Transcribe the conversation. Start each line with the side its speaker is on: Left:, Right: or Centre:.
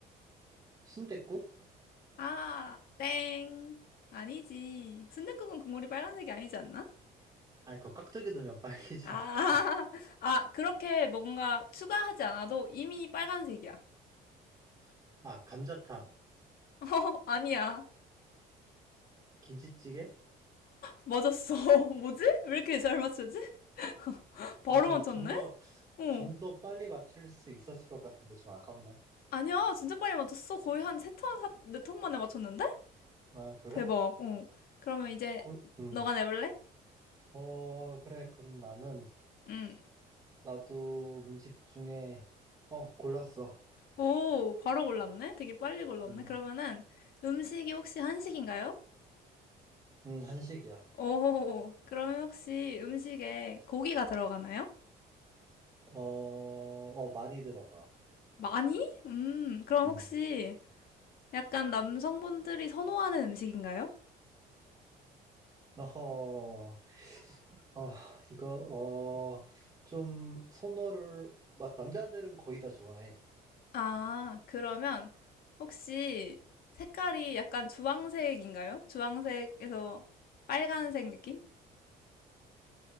Right: 순댓국?
Left: 아, 땡. 아니지. 순댓국은 국물이 빨간색이 아니지 않나?
Right: 아니, 그거 깍두기 넣으면 빨개지니까.
Left: 아, <laughs> 아, 그렇게 뭔가 추가하지 않아도 이미 빨간색이야. <laughs>
Right: <laughs> 아, 감자탕,
Left: 어, 아니야.
Right: 김치찌개?
Left: 맞았어. <laughs> 뭐지? 왜 이렇게 잘 맞추지? <laughs> 바로
Right: 아,
Left: 맞췄네?
Right: 좀 더,
Left: 어.
Right: 좀 더 빨리 맞출 수 있었을 것 같은데 좀 아깝네.
Left: 아니야, 진짜 빨리 맞췄어. 거의 한 세턴 4, 네턴 만에 맞췄는데?
Right: 아, 그래?
Left: 대박. 어. 그러면 이제
Right: 그, 음.
Left: 너가 내볼래?
Right: 어, 그래. 그럼 나는,
Left: 응.
Right: 나도 음식 중에, 어, 골랐어.
Left: 오, 바로 골랐네? 되게 빨리 골랐네?
Right: 음,
Left: 그러면은 음식이 혹시 한식인가요?
Right: 음, 한식이야.
Left: 오, 그러면 혹시 음식에 고기가 들어가나요?
Right: 어, 어, 많이 들어가.
Left: 많이? 음, 그럼
Right: 음.
Left: 혹시 약간 남성분들이 선호하는 음식인가요?
Right: 어허, 아, 이거, 어, 좀, 선호를, 마- 남자들은 거의 다 좋아해.
Left: 아, 그러면 혹시 색깔이 약간 주황색인가요? 주황색에서 빨간색 느낌?